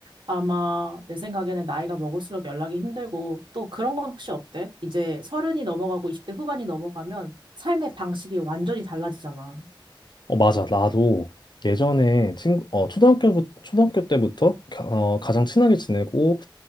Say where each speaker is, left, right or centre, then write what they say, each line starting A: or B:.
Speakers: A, on the right (about 70°); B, on the left (about 60°).
A: 아마 내 생각에는 나이가 먹을수록 연락이 힘들고 또 그런 건 혹시 어때? 이제 서른이 넘어가고 20대 후반이 넘어가면 삶의 방식이 완전히 달라지잖아.
B: 어, 맞아. 나도 예전에 친구, 어, 초등학교, 초등학교 때부터 가, 어, 가장 친하게 지내고